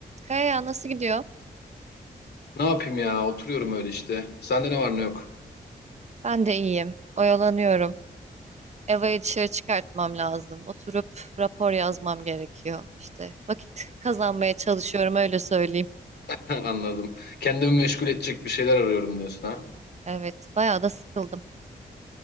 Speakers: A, on the right; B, on the left.
A: Kaya nasıl gidiyor?
B: Ne yapayım ya? Oturuyorum öyle işte. Sende ne var ne yok.
A: Ben de iyiyim. Oyalanıyorum. Eva'yı dışarı çıkartmam lazım. Oturup rapor yazmam gerekiyor. İşte vakit kazanmaya çalışıyorum öyle söyleyeyim.
B: <laughs> Anladım. Kendimi meşgul edecek bir şeyler arıyorum diyorsun ha.
A: Evet, bayağı da sıkıldım.